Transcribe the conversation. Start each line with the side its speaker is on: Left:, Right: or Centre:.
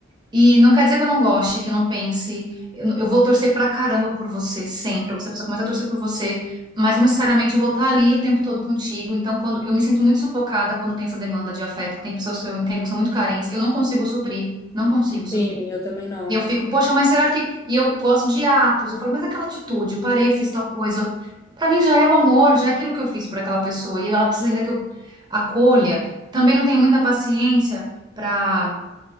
Right: E não quer dizer que eu não goste, que eu não pense. Eu, eu vou torcer pra caramba por você sempre. Você precisa começar a torcer por você, mas não necessariamente eu vou estar ali o tempo todo contigo. Então, quando eu me sinto muito sufocada quando tem essa demanda de afeto, que tem pessoas que eu entendo que são muito carentes, eu não consigo suprir, não consigo suprir.
Left: Sim, eu também não.
Right: E eu fico, poxa, mas será que. E eu gosto de atos. Eu falo, mas aquela atitude, eu parei, fiz tal coisa. Pra mim já é o amor, já é aquilo que eu fiz por aquela pessoa. E ela precisa ainda que eu acolha. Também não tenho muita paciência. para